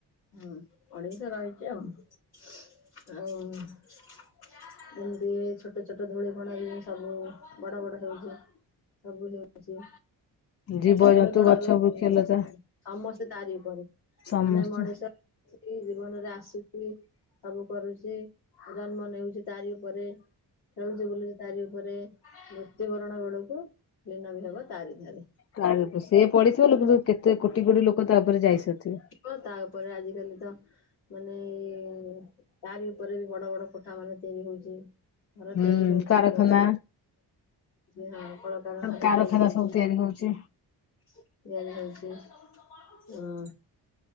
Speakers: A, on the left; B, on the left.
A: ହୁଁ ପଡିକି ତ ରହିଚି ଆଉ। ଆଉ ଯେମିତି ଏଇ ଛୋଟ ଛୋ ଛୋଟ ଧୂଳିିକଣାରୁ ସବୁ ବଡ ବଡ ହଉଚି ସବୁ ହଉଚି।
B: ଜୀବଜନ୍ତୁ
A: ଧୂଳିିକଣାରୁ
B: ଗଛ ବୃକ୍ଷଲତା
A: ହୁଁ ସମସ୍ତେ ତାରି ଉପରେ,
B: ସମସ୍ତେ।
A: ମାନେ ମଣିଷ ସେଇ ଜୀବନରେ ଆସୁଚି ସବୁ କରୁଚି, ଜନ୍ମ ନେଉଚି ତାରି ଉପରେ। ଖେଳୁଛି ବୁଲୁଚି ତାରି ଉପରେ ମୃତ୍ୟୁବରଣ ବେଳକୁ ଲିନ ବି ହବ ତାରି ଧୀଅରେ।
B: କାରି, ସିଏ ପଡିିଥିବ ଲୋ କିନ୍ତୁ କେତେ କୋଟି କୋଟି ଲୋକ ତାକଉପରେ ଯାଇସାରିଥିବେ।
A: କ ତା ଉପରେ ଆଜିକାଲି ତ ମାନେ ଏ ତାରି ଉପରେ ବି ବଡ ବଡ କୋଠା ମାନେ ତିଆରି ହଉଚି। ଘର
B: ହୁଁ
A: ତିଆରି ହଉଚି
B: କାରଖାନା
A: ଗଛର ଯେ ହଁ କଳକାରଖାନା
B: କାରଖାନା
A: ତିଆରି ହଉଚି।
B: ସବୁ ତିଆରି ହଉଛି
A: ତିଆରି ହଉଚି। ହଁ।